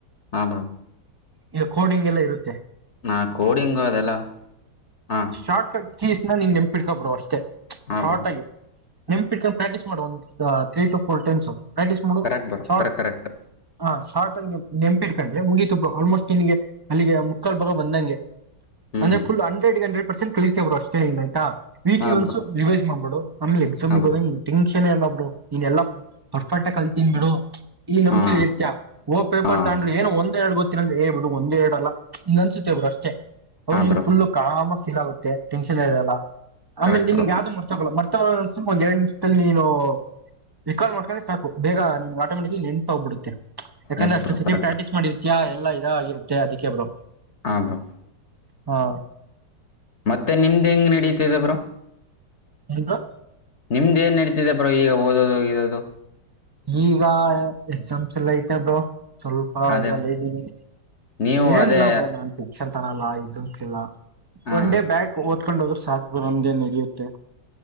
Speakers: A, on the left (about 45°); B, on the right (about 30°).
A: ಹಾ ಬ್ರೋ.
B: ಈಗ ಕೋಡಿಂಗ್ ಎಲ್ಲ ಇರುತ್ತೆ.
A: ನಾ ಕೋಡಿ ಇಂಗೋ ಅದೆಲ್ಲ. ಹಾಂ
B: ಶಾರ್ಟ ಕಟ್. ಕೀಸ್ ನ ನೀನ್ ನೆಪಿಡ್ಕೊಬಡ ಅಷ್ಟೇ.
A: ಹಾಂ
B: ಶಹರಟಾಗಿ.
A: ಬ್ರೋ
B: ನಿೆಪಟ್ಕೊಂಡು ಪ್ರಾಕ್ಟೀಸ್ ಮಾಡ ಒ್ ತ್ರೀ ಟ ೋರ್ ಟೈಮ್. ಪ್ರಾಕ್ಟಿಸಸ್ ಮಾಡು
A: correct bro
B: short
A: correct correct
B: ಹ ಶಾರ್ಟ್. ನೆಂಪಿಟ್ಕೊಂಡ್ರೆ ಮುಗಿತುಬ್ ಆಲ್ಮೋಸ್ಟ್ ನಿಿನಗೆ ಅಲ್ಲಿಗೆ ಮುಕ್ಕಾಲ್ ಬಾಗ ಬಂದಂಗೆ.
A: ಹ್ಞೂ
B: ಅಂದ್ರೆ ಫುಲ್ ಹಂಡ್ರೆಡ್ ಗಂಡ. ಪರ್ಸೆಟ್ ಕಳಿತೀವ ಅವರು ಅಷ್ಟೇಏ ಆ್ತಾ. ವೀಟ್
A: ಹಾಂ
B: ಒಂದಸ
A: ಬ್ರೋ
B: ರಿವೈಸ್ ಮಾಡ್ಬೇಡು ಆಮೇಲೆ ಎಕ್ಸಾಮಿಗೆ
A: ಹಾಂ ಬ್ರೋ
B: ಹೋದಾಗ ಟೆನ್ಷನ್ ಎಲ್ಲಾ ಬಿಡು ಇನ್ ಎಲ್ಲ ಪರ್ಫೆಕ್ ಆಗಿ ಕಲ್ತನ್ ಬಿಡು. ಈ ನಮ್ೆಲ್ಲಿ
A: ಹಾಂ
B: ಇರ್ತಾ ಓ ಪೇಪರ್
A: ಹಾಂ
B: ತಗಂಡ್ರ ಏನೋ ಒಂದ್ ಎರಡು ಗೊತ್ತ. ಇ ಹೇಬ ಬಿಡು ಒಂದೆರಡ ಅಲ್ಲ ನೆನ್ಸುತ್ತೆಬ್ರು ಅಷ್ಟೇ. ಅವನು
A: ಹಾ
B: ನೀನ್
A: ಬ್ರೋ
B: ಫುಲ್ಲು ಕಾಮ. ೀಗುತ್ತೆ ಟೆನ್ಷನ್ ಇದೆಲ್ಲ. ಆಮೇಲೆ
A: ಕರೆಕ್ಟ್
B: ನಿನ್ಗ
A: ಬ್ರೋ
B: ಯಾವ್ ಮರ್ ತಗೋಲ್ಲ ಮರ್ತ. ಇ ಒಂದ್ ಎರಡು ನಿಮಿಷದಲ್ಲಿ ನೀನು ರಿಾಲ್ ಮಾಡ್ಕೊಂಡೆ ಸಾಕು ಬೇಗ ನಿ ಆಟೋಮೆಟಿಕ್ಲಿ. ಹೋಗ್ಬಿುತ್ತೆ ಯಾಕಂದ್ರೆ
A: ಎಸ್
B: ಅಷ್ಟ
A: ಬ್ರೋ
B: ಸತಿ
A: ಕರೆಕ್ಟ್
B: ಪ್ರಾಕ್ಟೀಸ್ ಮಾಡಿರ್ತಾ. ಎಲ್ಲ ಇದಾಗಿರುತ್ತೆ ಅದಕ್ಕೆ ಬಬ್ರು.
A: ಆ ಬ್ರೋ.
B: ಹಾ.
A: ಮತ್ತೆ ನಿಮ್ದ್ ಹೆಂಗ್ ನಡೀತಿದೆ ಬ್ರೋ.
B: ಎನ್ ಬ್ರೋ.
A: ನಿಮ್ದ್ ಏನ್ ನಡೀತಿದೆ ಬ್ರೋ ಈಗ ಓದೋದು ಹೋಗಿರೋದು.
B: ಈಗ ಎಕ್ಸಾಮ್ಸ್ ಎಲ್ಲ ಐತ ಬ್ರೋ. ಸ್ವಲ್ಪ
A: ಅದೇ
B: ಇದ್ರಲ್ಲ ಇದ್ದೀನಿ
A: ನೀವು
B: ಏನಿಲ್ಲ
A: ಅದೇ
B: ಬ್ರ ನಾನ್ ೆನ್. ತರಲ್ಲ ಇದಂತಲ್ಲ.
A: ಹಾ
B: ಒನ್ ಡೇ ಬ್ಯಾಾಗ ಓದ್ಕೊಂಡು ಹೋ. ಸಾರ್ಕ ಬರಂಡ ನಡಿಯಂತೆೆ.